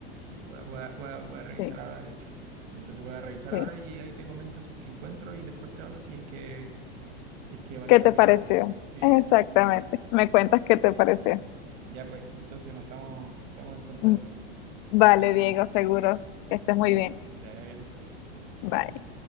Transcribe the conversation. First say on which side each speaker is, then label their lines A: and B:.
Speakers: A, on the right; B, on the left.
A: Sí, voy a, voy a, voy a- voy a revisar
B: Sí,
A: ahora, de hecho. Y entonces voy a revisar
B: sí.
A: ahora y ahí te comento si es que encuentro y después te hablo si es que, si es que valió
B: ¿Qué
A: la
B: te
A: pena.
B: pareció?
A: Sí,
B: Exactamente.
A: sí.
B: Me cuentas qué te pareció.
A: Ya, pues, entonces nos estamos, estamos en contacto.
B: Mm, Vale, Diego, seguro que estés
A: Chao,
B: muy bien.
A: te vaya bien.
B: Bye.